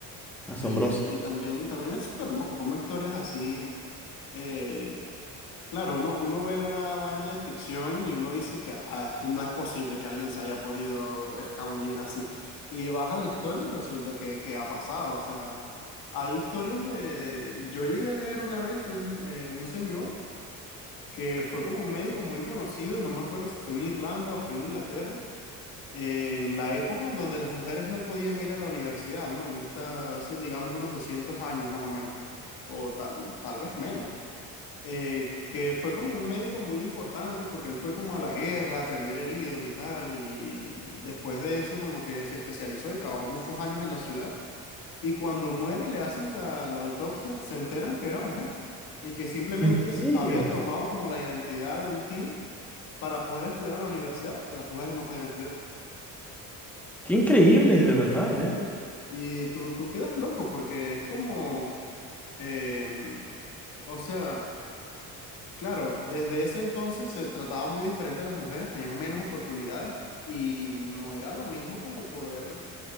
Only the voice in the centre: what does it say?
asombroso.
¿En
serio?
Qué increíble, de verdad, ¿eh?